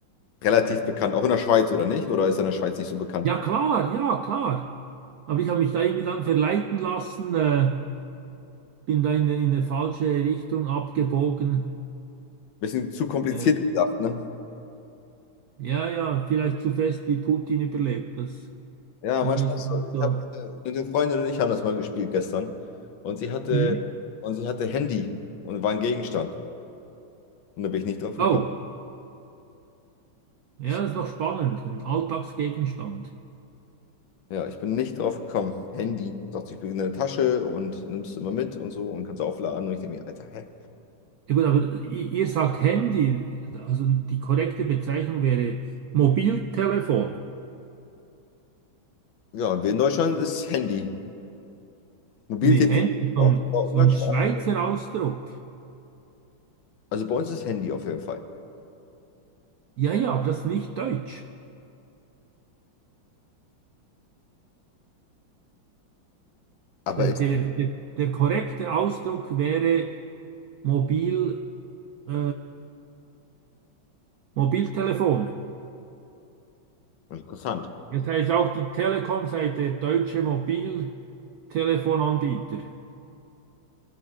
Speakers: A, on the left; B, on the right.
A: relativ bekannt, auch in der Schweiz, oder nicht? Oder ist er in der Schweiz nicht so bekannt?
B: Ja, klar, ja, klar. Aber ich habe mich da irgendwie dann verleiten lassen. Äh, bin da in, in eine falsche Richtung abgebogen.
A: Bisschen zu kompliziert
B: Äh,
A: gedacht, ne?
B: ja, ja, vielleicht zu fest wie Putin überlegt, das,
A: Ja,
B: das
A: manchmal
B: nicht
A: ist
B: gut
A: so. Ich
B: da.
A: habe eine Freundin und ich haben das mal gespielt gestern. Und sie hatte,
B: Mhm.
A: und sie hatte Handy und war ein Gegenstand. Und da bin ich nicht drauf gekommen.
B: Oh, ja,
A: Ich
B: das ist noch spannend, ein Alltagsgegenstand.
A: Ja, ich bin nicht drauf gekommen. Handy, sagt, ich bin in der Tasche und nimmst du immer mit und so und kannst aufladen. Und ich denke mir, Alter, hä?
B: Ja gut, aber i- ihr sagt Handy, also die korrekte Bezeichnung wäre Mobiltelefon.
A: Ja, und wir in Deutschland ist Handy. Mobiltelefon
B: Nee, Handy, ist so
A: auch,
B: ein,
A: aber
B: so
A: umgangssprachlich.
B: ein Schweizer Ausdruck.
A: Also bei uns ist Handy auf jeden Fall.
B: Ja, ja, aber das ist nicht deutsch.
A: Aber
B: Der,
A: ist
B: der, der, der korrekte Ausdruck wäre Mobil. Äh, Mobiltelefon.
A: interessant.
B: Das heißt auch die Telekom sei der deutsche Mobiltelefonanbieter.